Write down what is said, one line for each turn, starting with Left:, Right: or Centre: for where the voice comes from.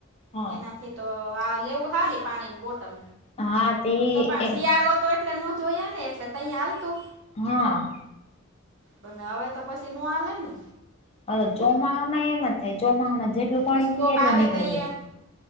Left: હા
Right: એનાથી તો આ લેવું સારી પાણીની બોટલ.
Left: હા તે
Right: તો પણ
Left: એ
Right: શિયાળો તો એટલે નો જોયા ને એટલે તહીયા હાલતું.
Left: હમ્મ
Right: પણ હવે તો પછી નો હાલે ને.
Left: હા, તો ચોમાહમાં એમ જ થાય ચોમાહમાં જેટલું પાણી
Right: પછી કોક
Left: પીએ એટલું
Right: આવે
Left: નીકળી
Right: ત્યાં
Left: જાય.